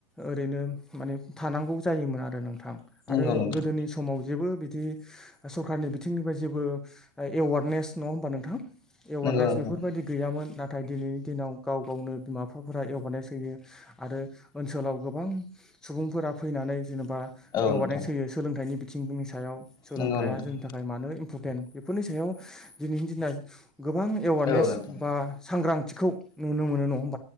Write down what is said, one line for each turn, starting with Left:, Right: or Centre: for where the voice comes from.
Centre: ओरैनो माने थानांगौ जायोमोन आरो। नोंथां आरो
Left: नंगौ नोंथां नंगौ नोंथां
Centre: गोदोनि समाव जेबो बिदि सरखारारनि बिथिंनिफ्राय जेबो एवारनेस नङा होमबा नोंथाङा एवारनेस
Left: नंगौ नोंथां
Centre: बेफोरबायदि गैयामोन नाथ नाथाय दिनैनि दिनाव गाव गावनो बिमा बिफाफोरा एवारनेस होयो आरो ओनसोलाव गोबां सुबुंफोरा फैनानै जेन'ब बा
Left: औ
Centre: एवारनेस
Left: नोंथां
Centre: होयो सोलोंथाइनि बिथिंनि सायाव सोलोंथाइया
Left: नंगौ नोंथां
Centre: जोंनि थाखाय मानो भुपेन बेफोरनि सायाव दिनैनि दिना गोबां एवारनेस
Left: औ नोंथां
Centre: बा सांग्रां थिखौ नुनो मोनो न